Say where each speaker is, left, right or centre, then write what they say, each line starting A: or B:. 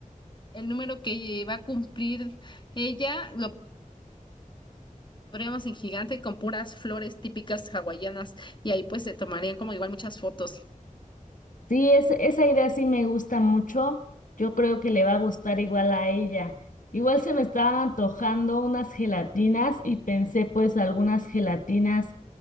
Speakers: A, on the left; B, on the left.
A: el número que va a cumplir ella lo pondríamos en gigante con puras flores típicas hawaianas y ahí pues se tomarían como igual muchas fotos.
B: Sí, es, esa idea sí me gusta mucho. Yo creo que le va a gustar igual a ella. Igual se me estaban antojando unas gelatinas y pensé pues algunas gelatinas